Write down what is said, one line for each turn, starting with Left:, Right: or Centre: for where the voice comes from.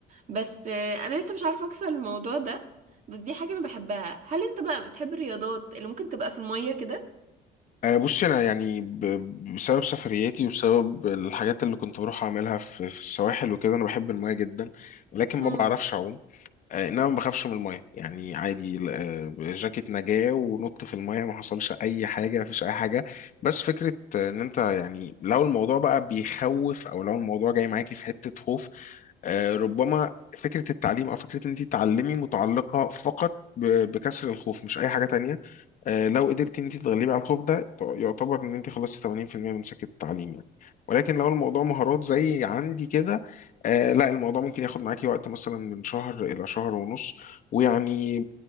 Right: بس آه، انا لسه مش عارفه اكسر الموضوع ده بس دي حاجه انا بحبها هل انت بقى بتحب الرياضات اللي ممكن تبقى في الميه كده
Left: آه، بصي انا يعني ب- بسبب سفرياتي وبسبب الحاجات اللي كنت بروح اعملها في في السواحل وكده انا بحب المايه جدا ولكن
Right: امم
Left: ما بعرفش اعوم آه، انما ما بخافش من المايه يعني عادي ال- آه، جاكيت نجاة ونط في المايه ما حصلش اي حاجه ما فيش اي حاجه بس فكره آه، ان انت يعني لو الموضوع بقى بيخوف او لو الموضوع جاي معاكي في حته خوف آه، ربما فكره التعليم او فكره ان انت تعلمي متعلقه فقط ب- بكسر الخوف مش اي حاجه تانية آه، لو قدرتي ان انت تتغلبي على الخوف ده يعتبر ان انت خلصتي 80% من سكه التعليم يعني ولكن لو الموضوع مهارات زي عندي كده آه لا الموضوع ممكن ياخد معاكي وقت مثلا من شهر إلى شهر ونص ويعني